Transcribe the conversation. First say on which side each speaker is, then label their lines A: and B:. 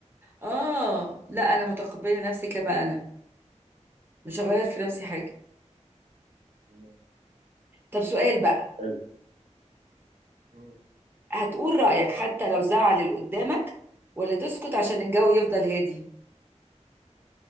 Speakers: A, on the right (about 20°); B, on the right (about 75°).
A: اه لا انا متقبله نفسي كما انا مش هغير في نفسي حاجه
B: مم.
A: طب سؤال بقى
B: حلو مم.
A: هتقول رايك حتى لو زعل اللي قدامك ولا تسكت عشان الجو يفضل هادي